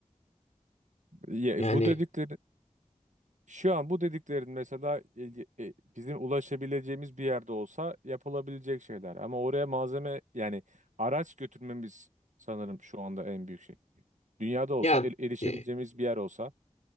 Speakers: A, on the right; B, on the left.
A: Ya,
B: Yani
A: bu dedikleri Şu an bu dediklerin mesela ilgi- e, bizim ulaşabileceğimiz bir yerde olsa yapılabilecek şeyler. Ama oraya malzeme yani araç götürmemiz sanırım şu anda en büyük şey. Dünyada olsa
B: ya
A: el- erişebileceğimiz
B: e,
A: bir yer olsa.